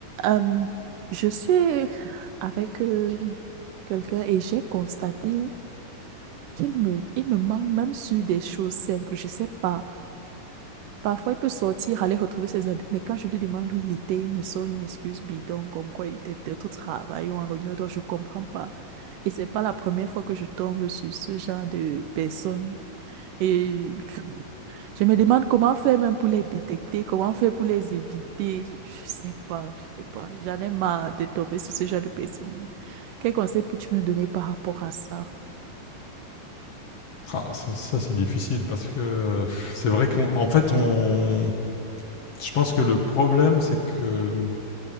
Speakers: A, on the right; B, on the left.
A: Euh, je suis avec euh, quelqu'un et j'ai constaté qu'il me, il me manque même sur des choses simples. Je sais pas. Parfois, il peut sortir, aller retrouver ses amis, mais quand je lui demande où il était, il me sort une excuse bidon, comme quoi il était peut-être au travail ou en réunion, donc je comprends pas. Et c'est pas la première fois que je tombe sur ce genre de personne. Et <laughs> je me demande comment faire même pour les détecter, comment faire pour les éviter. Je, je sais pas, je sais pas. J'en ai marre de tomber sur ce genre de personnes. Quel conseil peux-tu me donner par rapport à ça?
B: Ah, c'est- ça, c'est difficile parce que euh, c'est vrai qu'en en fait, on, je pense que le problème, c'est que